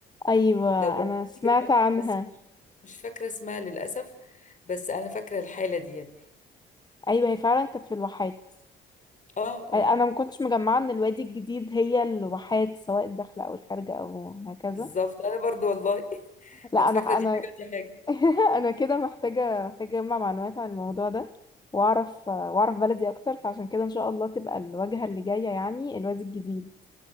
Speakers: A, on the left (about 20°); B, on the left (about 40°).
A: ايوه
B: لو جربتي
A: انا سمعت عنها
B: بس مش فاكرة اسمها للأسف بس أنا فاكرة الحالة دي يعني
A: ايوه هي فعلا كانت في الواحات
B: اه اه
A: انا ما كنتش مجمعة ان الوادي الجديد هي الواحات سواء الداخلة او الخارجة او هكذا
B: بالظبط انا برضو والله <laughs>
A: لا
B: كنت
A: انا
B: فاكره دي
A: انا
B: حاجه دي حاجه
A: <laughs> انا كده محتاجة محتاجة اجمع معلومات عن الموضوع ده واعرف واعرف بلدي اكتر فعشان كده ان شاء الله تبقى الواجهة اللي جاية يعني الوادي الجديد